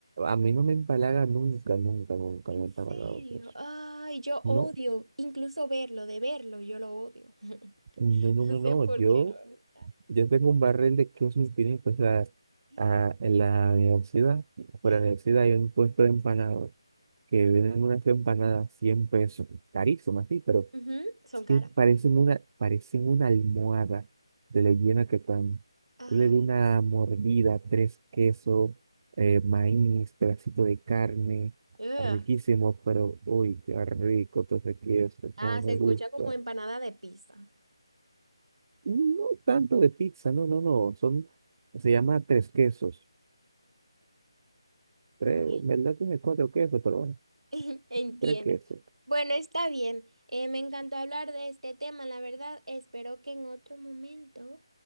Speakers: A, on the right; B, on the right.
A: a mí no me empalaga nunca, nunca, nunca
B: En
A: me ha empalagado
B: serio.
A: el queso.
B: Ay, yo
A: No,
B: odio incluso verlo, de verlo, yo lo odio. <laughs>
A: no, no,
B: No
A: no,
B: No,
A: no.
B: sé no, por
A: Yo,
B: qué no me gusta.
A: yo tengo un barril de queso infinito. O sea,
B: Y,
A: a- en la universidad, por
B: y-
A: la universidad hay un puesto de empanadas que venden unas empanadas 100 pesos, carísimas, sí, pero
B: Ujú, son
A: Es
B: caras.
A: que parecen una, parecen una almohada de la hiena que están
B: Ay.
A: Yo le di una mordida, tres quesos, eh, maíz, pedacito de carne,
B: ugh.
A: riquísimo, pero uy, qué rico todo ese queso,
B: Ah,
A: cómo me
B: se escucha
A: gusta.
B: como empanada de pizza.
A: No tanto de pizza, no, no, no, son, se llama tres quesos. Tres,
B: Bueno,
A: en verdad tiene cuatro quesos, pero bueno,
B: <laughs> entiendo.
A: tres quesos.
B: Bueno, está bien. Eh, me encantó hablar de este tema, la verdad. Espero que en otro momento